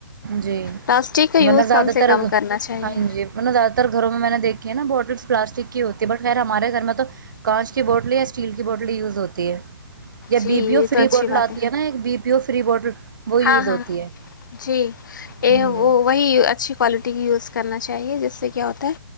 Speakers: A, on the right; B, on the left.
A: جی
B: پلاسٹک کا یوز
A: مطب زیادہ
B: کم سے
A: تر
B: کم کرنا چاہیے
A: ہاں جی مطب زیادہ تر گھروں میں میں نے دیکھی ہے نا بوٹلس پلاسٹک کی ہوتی ہے بٹ خیر ہمارے گھر میں تو کانچ کی بوٹلیں یا اسٹیل کی بوٹل یوز ہوتی ہے یا
B: جی
A: بی
B: یہ
A: پی او فری
B: تو اچھی
A: بڈ
B: بات
A: لاتی ہے نا ایک بی پیو فری باٹر وہ یوز
B: ہاں
A: ہوتی
B: ہاں
A: ہے
B: جی
A: جی
B: وہ وہی اچھی کوالٹی یوز کرنا چاہیے جیسے کہ کیا ہوتا ہے